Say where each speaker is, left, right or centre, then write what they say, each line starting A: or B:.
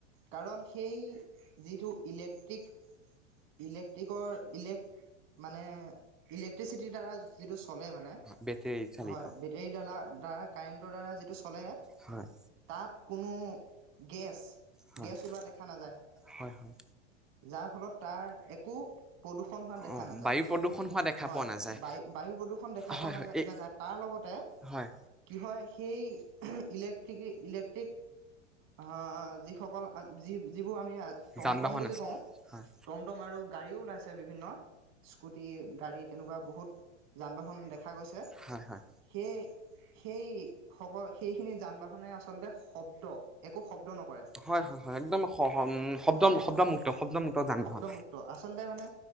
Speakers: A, on the right; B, in the centre.
A: কাৰণ সেই যিটো- ইলেক্ট্ৰিক, ইলেক্ট্ৰিকৰ ইলেক মানে। ইলেকট্ৰিচিটিৰ দ্বাৰা যিটো চলে মানে হয়
B: বেটেৰী চালিত
A: বেটৰী দ্বালা দ্বাৰা কাৰেণ্টৰ দ্বাৰা যিটো চলে
B: হয়
A: তাত কোনো গেছ
B: হয়
A: গেছ ওলোৱা দেখা নাযায়
B: হয় হয়।
A: যাৰ ফলত তাৰ একো প্ৰদূষণ হোৱা দেখা
B: অ'
A: নাযায়
B: বায়ু প্ৰদূষণ হোৱা দেখা
A: হয়
B: পোৱা নাযায়।
A: বায়ু বায়ু প্ৰদূষণ দেখা দেখা
B: হয়
A: পোৱা
B: হয় এই
A: নযাই তাৰ লগতে
B: হয়
A: কি হয় সেই ইলেক্ট্ৰনিক অঁ যিসকল আ যি যিবোৰ আমি টমটম
B: যান বাহন
A: বুলি
B: আছে
A: কওঁ
B: হয়
A: টমটম আৰু গাড়ীও ওলাইছে বিভিন্ন স্কুটি গাড়ী তেনেকুৱা বহুত যান বাহন দেখা দেখা গৈছে
B: হয় হয়
A: সেই সেই সেইখিনি যান বাহনে আচলতে শব্দ একো শব্দ নকৰে
B: হয় হয় হয় হয় একদম শব্দ
A: হয়
B: শব্দমুক্ত শব্দমুক্ত যান
A: শব্দমুক্ত
B: বাহন
A: আচলতে মানে